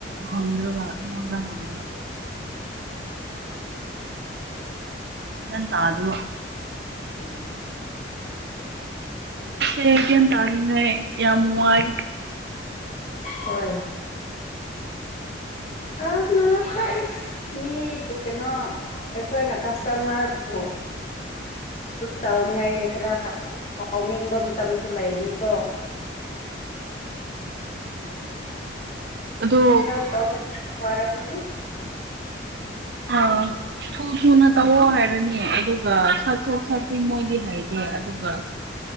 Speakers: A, on the right; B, on the left.
A: ꯍꯪꯗ꯭ꯔꯒ ꯑꯩꯉꯣꯟꯗ ꯍꯪꯉ ꯂꯩ <inaudible> ꯒꯌ꯭ꯥꯟ ꯇꯥꯗꯅꯥ
B: ꯎꯝ
A: ꯗꯤ ꯌꯥꯝ ꯇꯥꯔꯅ ꯌꯥꯝ ꯋꯥꯏ
B: ꯍꯣꯏ ꯑ ꯃꯥ ꯇ ꯏꯁ ꯃꯤ ꯀꯩꯅꯣ ꯑꯩꯈꯣꯏꯅ ꯀꯥꯁꯇꯃꯔ ꯕꯨ ꯇꯅꯤ ꯈꯔꯥ ꯐꯥꯎ ꯃꯇꯝꯁꯨ ꯂꯥꯏꯒꯅꯤꯀꯣ
A: ꯑꯗꯣ
B: ꯑꯦ ꯇꯕ ꯋꯥꯔꯅꯤ
A: ꯑ ꯊꯨ ꯊꯨꯅ ꯇꯧꯋꯣ ꯍꯥꯏꯔꯅꯤ ꯑꯗꯨꯒ ꯁꯠ ꯁꯠ ꯁꯠ ꯁꯤ ꯃꯣꯏꯗꯤ ꯍꯥꯏꯗꯦ ꯑꯗꯨꯒ